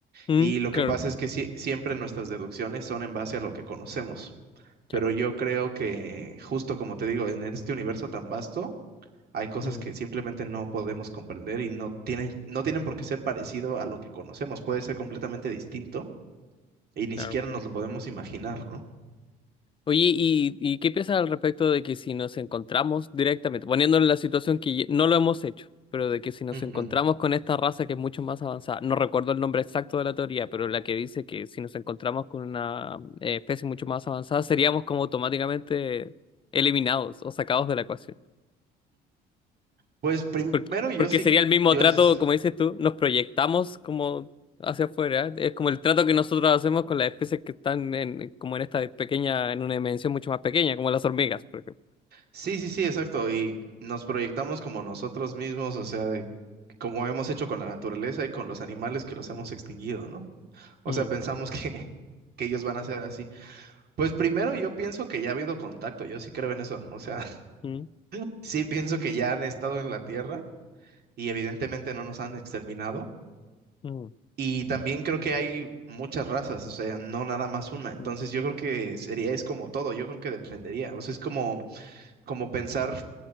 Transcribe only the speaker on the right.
Y lo
que pasa es que sí- siempre nuestras deducciones son en base a lo que conocemos. Pero
yo creo que justo como te digo, en este universo tan vasto, hay cosas
que simplemente no podemos comprender y no tienen, no tienen por qué ser parecido a lo que conocemos, puede ser completamente distinto y ni
siquiera nos lo podemos imaginar, ¿no?
Ujú.
Pues primero
yo
sí,
yo
s-
sí, sí, sí, exacto. Y nos proyectamos como nosotros mismos, o sea, de como hemos hecho con la naturaleza y con los animales que los hemos extinguido, ¿no? O
sea, pensamos <laughs> que, que ellos van a ser así. Pues primero yo pienso que ya ha habido contacto, yo sí creo en eso. O sea, <laughs>
sí pienso que ya han estado en la Tierra y evidentemente no nos han exterminado.
Y también creo que hay muchas razas, o sea, no nada más una. Entonces
yo creo que sería, es como todo, yo creo que dependería. O sea, es como como pensar